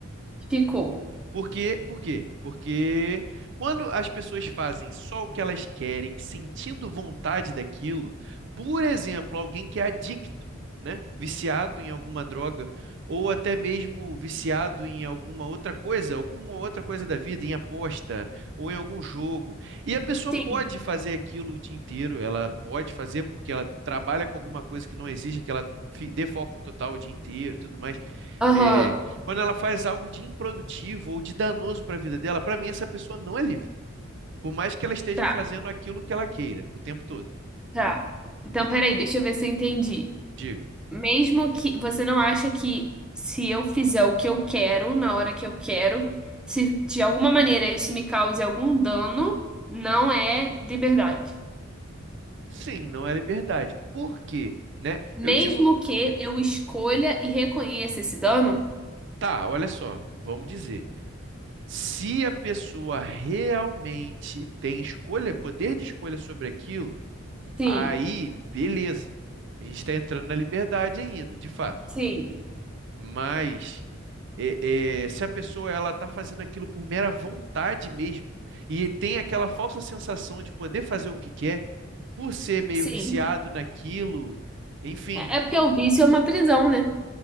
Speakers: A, in the centre; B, on the right (about 60°).
A: Ficou.
B: Por quê? Por quê? Porque quando as pessoas fazem só o que elas querem, sentindo vontade daquilo, por exemplo, alguém que é adicto, né? Viciado em alguma droga, ou até mesmo viciado em alguma outra coisa, alguma outra coisa da vida, em aposta, ou em algum jogo. E a pessoa
A: Sim.
B: pode fazer aquilo o dia inteiro, ela pode fazer porque ela trabalha com alguma coisa que não exige que ela fi- dê foco total o dia inteiro e tudo mais.
A: Aham.
B: é, quando ela faz algo de improdutivo ou de danoso para a vida dela, para mim essa pessoa não é livre. Por mais que ela esteja
A: Tá,
B: fazendo aquilo que ela queira o tempo todo.
A: tá. Então, peraí, deixa eu ver se eu entendi.
B: Diga.
A: Mesmo que você não acha que se eu fizer o que eu quero na hora que eu quero, se de alguma maneira isso me cause algum dano, não é liberdade.
B: Sim, não é liberdade. Por quê? Né?
A: Mesmo
B: Eu digo,
A: que eu escolha e reconheça esse dano?
B: tá, olha só, vamos dizer. Se a pessoa realmente tem escolha, poder de escolha sobre aquilo,
A: Sim,
B: aí beleza. A gente está entrando na liberdade ainda, de fato.
A: sim,
B: Mas é, é, se a pessoa ela está fazendo aquilo por mera vontade mesmo e tem aquela falsa sensação de poder fazer o que quer, por ser meio
A: sim.
B: viciado naquilo, enfim,
A: É é porque o vício é uma prisão, né?